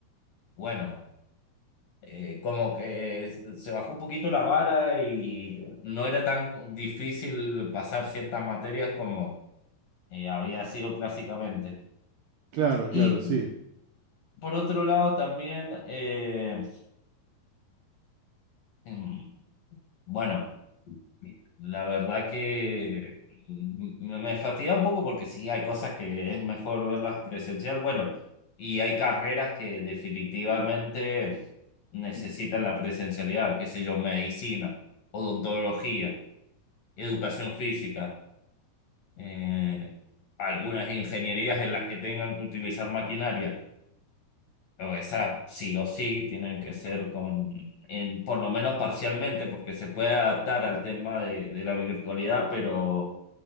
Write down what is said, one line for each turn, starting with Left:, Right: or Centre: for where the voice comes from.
Left: bueno. eh, como que s- se bajó un poquito la vara y no era tan difícil pasar ciertas materias como eh, había sido clásicamente.
Right: claro, claro,
Left: Y
Right: sí.
Left: por otro lado también, eh, em, bueno, la verdad que mm, me, me fatiga un poco porque sí, hay cosas que es mejor verlas presencial, bueno, y hay carreras que definitivamente necesitan la presencialidad, qué sé yo, medicina, odontología, educación física, eh, algunas ingenierías en las que tengan que utilizar maquinaria. Pero esa sí o sí tiene que ser con, en, por lo menos parcialmente, porque se puede adaptar al tema de, de la virtualidad, pero